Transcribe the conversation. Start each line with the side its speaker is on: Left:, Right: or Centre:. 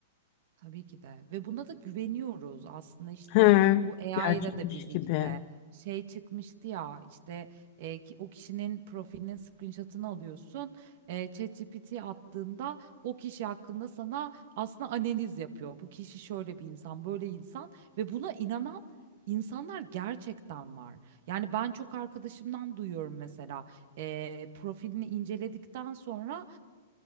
Right: Tabii ki de ve buna da güveniyoruz aslında işte
Left: He,
Right: bu AI
Left: gerçekmiş
Right: ile de birlikte
Left: gibi.
Right: şey çıkmıştı ya işte e, ki- o kişinin profilinin screenshot'ını alıyorsun e, ChatGPT 'ye attığında o kişi hakkında sana aslında analiz yapıyor bu kişi şöyle bir insan böyle insan ve buna inanan insanlar gerçekten var yani ben çok arkadaşımdan duyuyorum mesela e, profilini inceledikten sonra